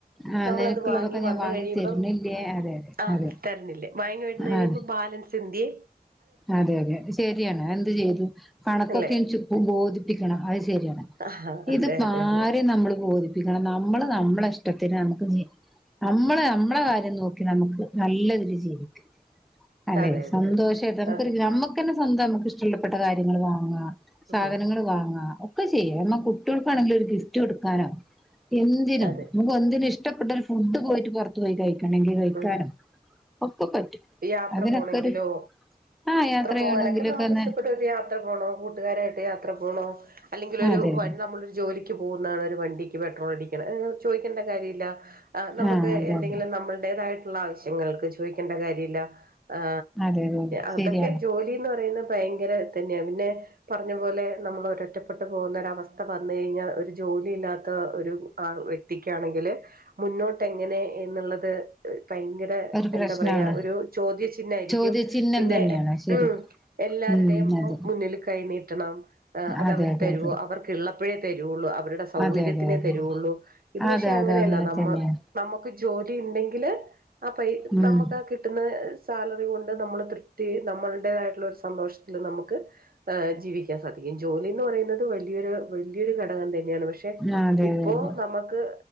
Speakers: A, in the centre; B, on the right.
A: ആഹ്
B: നമ്മളത്
A: നിനക്കുള്ളതൊക്കെ
B: വാങ്ങി
A: ഞാൻ
B: വന്ന് കഴിയുമ്പ
A: തരുന്നില്ലേ അതെ
B: ആ
A: അതെ അതെ
B: തരണില്ലേ വാങ്ങി വന്ന് കഴിയുമ്പോ
A: ആഹ്
B: ബാലൻസ് ന്തിയെ
A: അതെ അതെ ശരിയാണ് എന്ത് ചെയ്തു കണക്കൊക്കെ
B: അല്ലെ
A: എ ബോധിപ്പിക്കണം അത് ശരിയാണ്.
B: ആഹ് അതെ
A: ഇതിപ്പ
B: അതെ അതെ
A: ആരെയും നമ്മള് ബോധിപ്പിക്കണം നമ്മള് നമ്മള ഇഷ്ടത്തിന് നമുക്ക് ജീവിക്കാം നമ്മളെ നമ്മളെ കാര്യം നോക്കി നമുക്ക് നല്ലരീതി ജീവിക്കാം അല്ലെ
B: അതെ അതെ
A: സന്തോഷായിട്ട്
B: അതെ അതെ
A: നമുക്കന്നെ സ്വന്തം നമുക്ക് ഇഷ്ട്ടപ്പെട്ട കാര്യങ്ങൾ വാങ്ങാം സാധനങ്ങൾ
B: ഉം
A: വാങ്ങാം ക്കെ ചെയ്യ നമ്മ കുട്ടികൾക്കാണെങ്കിലും ഒരു ഗിഫ്റ്റ് കൊടുക്കാനോ എന്തിനും
B: അതെ
A: നമുക്ക് എന്തിനും ഇഷ്ട ഇഷ്ട പെട്ട ഒരു ഫുഡ് പോയിട്ട് പുറ പോയി കഴിക്കണമെങ്കിൽ കഴിക്കാനും
B: ഉം
A: ഒക്കെ പറ്റും
B: യാത്ര
A: അതിനൊക്കെരു
B: പോണെങ്കിലോ
A: ആ യാത്ര
B: പോകാനൊക്കെ
A: ചെയ്യണെങ്കിലൊക്കെ
B: നമുക്ക്
A: തന്നെ
B: ഇഷ്ടപ്പെട്ട യാത്ര പോണോ കൂട്ടുകാരായിട്ട് യാത്ര പോണോ അല്ലെങ്കിൽ ഒരു
A: അതെ അതെ
B: നമ്മള് ജോലിക്ക് പോകുന്നതാണ് ഒരു വണ്ടിക്ക് പെട്രോൾ അടിക്കും ചോദിക്കേണ്ട കാര്യല്ല നമുക്ക്
A: ആ അതെ
B: എന്തെങ്കിലും
A: അതെ അതെ
B: നമ്മൾ നമ്മടേതായിട്ടുള്ള ആവശ്യങ്ങൾക്ക് ചോദിക്കേണ്ട കാര്യം ഇല്ല ആ
A: അതെ അതെ
B: അതൊക്കെ
A: ശരിയാണ്
B: ജോലിന്ന് പറയുന്ന ഭയങ്കര തന്നെയാണ് പിന്നെ പറഞ്ഞ പോലെ നമ്മള് ഒര ഒറ്റപ്പെട്ട് പോകുന്ന ഒരവസ്ഥ വന്ന് കഴിഞ്ഞാൽ ഒരു ജോലിയില്ലാത്ത ഒരു ആൾ വ്യക്തി ത്തിക്കാണെങ്കില് മുന്നോട്ട് എങ്ങനെ എന്നുള്ളത്- ഭയങ്കര
A: ഒരു പ്രശ്നമാണ്
B: എന്താ പറയാ ഒരു ചോദ്യ ചിഹ്നായിരിക്കും
A: ചോദ്യചിഹ്നം
B: പിന്നെ
A: തന്നെയാണ് ശരി
B: ഉം- എല്ലാരുടെയും
A: ഉം അതെ
B: മുന്നിൽ കൈനീട്ടണം അത്
A: അതെ
B: അവര്
A: അതെ
B: തരുമോ
A: അതെ
B: അവർക്ക് ഇള്ളപ്പോഴേ തരുള്ളൂ അവരുടെ സ- സൗകര്യത്തിനെ
A: അതെ അതെ അതെ
B: തരുള്ളൂ
A: അതെ
B: ഇത് പക്ഷെ
A: അതെ
B: അങ്ങനെയല്ല
A: അതെ അങ്ങനെ
B: നമ്മള്
A: തന്നെയാണ്
B: - നമുക്ക് ജോലി ഇണ്ടെങ്കില് ആ പൈ
A: ഉം
B: നമുക്ക് അത് കി- കിട്ടുന്ന സാലറി കൊണ്ട് നമ്മള് തൃപ്തി നമ്മളടേതായിട്ടുള്ള ഒരു സന്തോഷത്തില് നമുക്ക്- ആ ജീവിക്കാൻ സാധിക്കും ജോലിന്ന് പറയുന്നത് വലിയൊരു വലിയൊരു ഘടകം തന്നെ യാണ് പക്ഷെ
A: ആഹ് അതെ
B: ഇപ്പോ
A: അതെ അതെ
B: നമുക്ക്